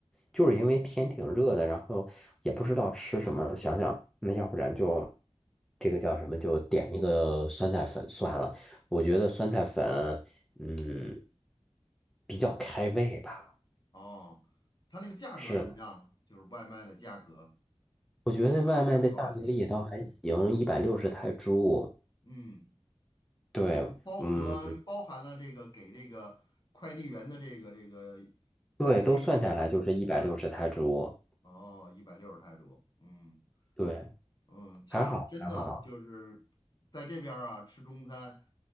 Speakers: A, in the centre; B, on the left.
A: 就是因为天挺热的，
B: 嗯，
A: 然后也不知道吃什么，想想那要不然就这个叫什么，就点一个酸菜粉算了。我觉得酸菜粉，嗯，比较开胃吧，
B: 哦，它那个价格怎么样？
A: 是。
B: 就是外卖的价格，
A: 我觉得外卖的价格也倒还行，
B: 这一碗粉儿多少钱？
A: 一百六十泰铢。
B: 嗯，
A: 对，
B: 就包含包含了这个给这个快递员的这个这个
A: 嗯，
B: 快递费，
A: 对，都算下来就是一百六十泰铢。
B: 相当于。哦，一百六十泰铢，嗯
A: 对，
B: 嗯，其实真的就是在这边儿啊吃中餐，
A: 还好还好。